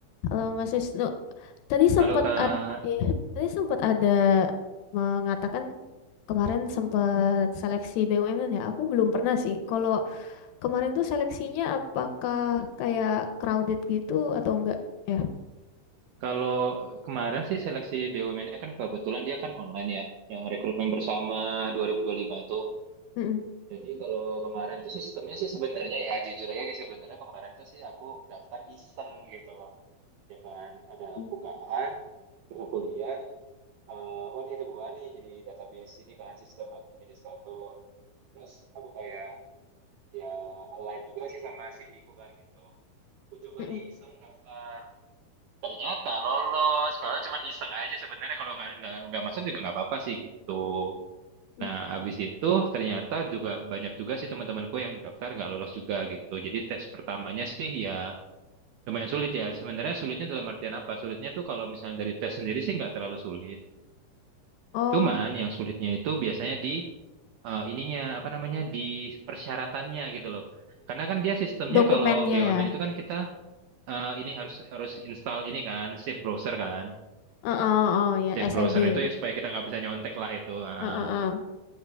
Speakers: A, on the left; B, on the right.
A: Kalau Mas Wisnu, tadi sempat
B: Halo Kak,
A: ada, tadi sempat ada mengatakan kemarin sempat seleksi BUMN ya. Aku belum pernah sih. Kalau kemarin tuh seleksinya apakah kayak crowded gitu atau enggak ya?
B: kalau kemarin sih seleksi BUMN-nya kan kebetulan dia kan online ya, yang rekrutmen bersama 2025 tuh.
A: Mm-mm.
B: Jadi kalau kemarin tuh sih sistemnya sih sebenarnya ya jujur aja sih sebenarnya kemarin tuh sih aku daftar iseng gitu loh. Ya kan ada
A: Mm.
B: bukaan, terus aku lihat, eh, oh ini ada bukaan nih jadi database ini kan sistem administrator. Terus aku kayak ya align juga sih sama CV ku kan gitu. Aku coba
A: Mm-mm.
B: nih iseng daftar. ternyata lolos padahal cuma iseng aja sebenarnya kalau nggak nggak nggak masuk juga nggak apa-apa sih gitu
A: Mm.
B: nah abis itu ternyata juga banyak juga sih teman-temanku yang daftar nggak lolos juga gitu jadi tes pertamanya sih ya lumayan sulit ya sebenarnya sulitnya dalam artian apa sulitnya tuh kalau misalnya dari tes sendiri sih nggak terlalu sulit
A: Oh,
B: cuman yang sulitnya itu biasanya di eh, ininya apa namanya di persyaratannya gitu loh karena kan dia sistemnya
A: Dokumennya
B: kalau BUMN
A: ya.
B: itu kan kita eh, ini harus harus install ini kan Safe Browser kan
A: uh, oh uh, ya
B: Tab
A: SEB.
B: browser itu yang supaya kita nggak bisa nyontek lah itu. Ah.
A: Uh, uh, uh.